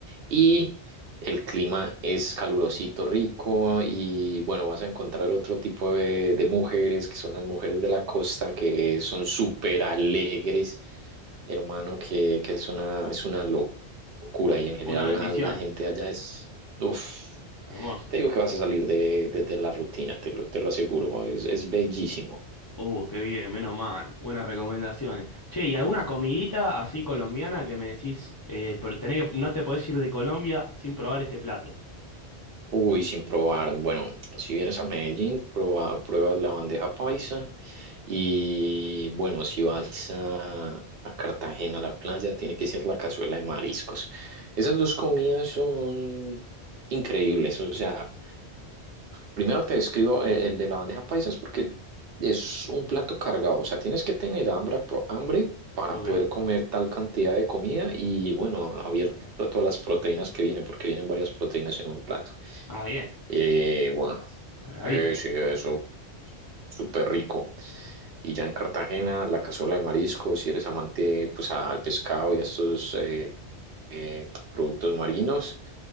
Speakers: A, on the right; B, on the left.
A: Y el clima es calurosito, rico y bueno, vas a encontrar otro tipo de, de mujeres que son las mujeres de la costa que son súper alegres, hermano, que, que es una, es una locura
B: Un-
A: y en general
B: una bendición.
A: la, la gente allá es, uf,
B: Hermoso.
A: te digo que vas a salir de, de- de la rutina, te lo, te lo aseguro, es, es bellísimo.
B: Uh, qué bien, menos mal. Buenas recomendaciones. Che, ¿y alguna comidita así colombiana que me decís, eh, pero tenés que- no te podés ir de Colombia sin probar este plato?
A: Uy, sin probar. Bueno, si vienes a Medellín, prueba pruebas la bandeja paisa. Y bueno, si vas a, a Cartagena, a la playa, tiene que ser la cazuela de mariscos. Esas dos comidas son increíbles. O sea, primero te describo e- el, de la bandeja paisa es porque es un plato cargado. O sea, tienes que tener hambre, po- hambre para
B: Ok.
A: poder comer tal cantidad de comida y bueno, abierto a todas las proteínas que vienen, porque vienen varias proteínas en un plato.
B: Ah, bien.
A: Eh, bueno,
B: Cargadito.
A: sí, sí, eso, súper rico. Y ya en Cartagena, la cazuela de mariscos, si eres amante pues al pescado y a estos eh, eh, productos marinos,